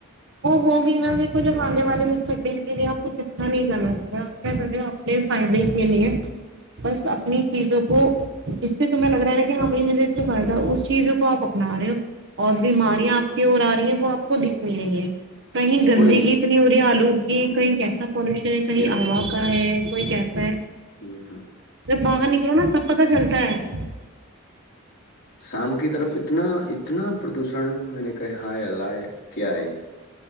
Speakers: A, on the right (about 55°); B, on the left (about 45°).
A: وہ ہوگ نا دیکھو جب آنے والے مستقبل کے لیے آپ کچھ اچھا نہیں کرنا چاہ رہے آپ کیا کر رہے ہو اپنے فائدے کے لیے بس اپنی چیزوں کو جس سے تمہیں لگ رہا ہے نا کہ ہاں بھائی مجھے اس سے فائد اس چیزوں کو آپ اپنا رہے ہو اور بیماریاں آپ کی اور آ رہی ہیں وہ آپ کو دکھنی نہیں ہے کہیں گندی
B: پونے کی۔
A: گیت نہیں ہو رہی ہے آلودگی کہیں کیسا پالوشن ہے کہیں
B: یس
A: ہا
B: یس
A: کا ہے کوئی کیسا ہے
B: ہ ہ
A: جب باہر نکلو نا تب پتا چلتا تار
B: شام کی طرف اتنا اتنا پردوشن میں نے کہا ہائے ال لائے کیا ہے یہ